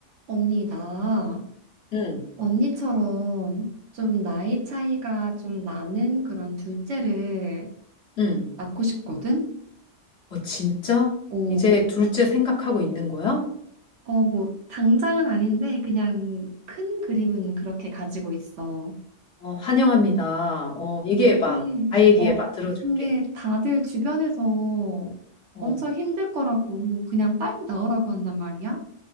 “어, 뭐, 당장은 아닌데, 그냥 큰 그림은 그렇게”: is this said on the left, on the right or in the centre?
Right